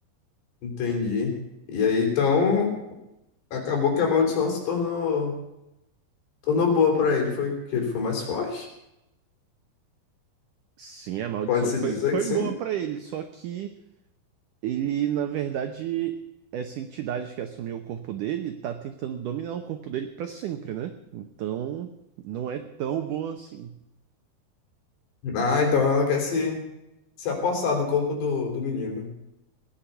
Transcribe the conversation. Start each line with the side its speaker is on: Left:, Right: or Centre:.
Left: Entendi. E aí, então, acabou que a maldição se tornou, tornou boa pra ele. Foi que ele foi mais forte.
Right: Sim, a maldição
Left: Pode-se
Right: foi,
Left: dizer
Right: foi
Left: que sim.
Right: boa pra ele, só que Ele, na verdade, essa entidade que assumiu o corpo dele tá tentando dominar o corpo dele pra sempre, né? Então, não é tão boa assim.
Left: Ah, então ela quer se, se apossar do corpo do, do menino.